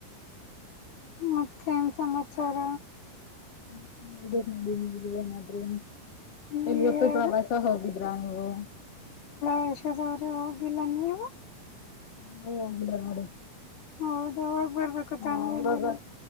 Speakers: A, on the left; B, on the left.
A: ಮತ್ತೇನ್ ಸಮಾಚಾರ.
B: <unintelligible> ಬಿಡಿ ಏನಾದ್ರೆನ್
A: ನೀವೇ
B: ಇಲ್ಲಿವತ್ತು ಪ್ರವಾಸ ಹೋಗಿದ್ರಾ ನೀವು.
A: <unintelligible> ಅವ್ರು ಹೋಗಿಲ್ಲ ನೀವು
B: ನಾವು ಹೋಗಿಲ್ಲ ನೋಡಿ.
A: ಹೌದ ಬರ್ಬೇಕು ತಾನೆ
B: ಆ ಇವಾಗ
A: ಇಲ್ಲಿಗೆ.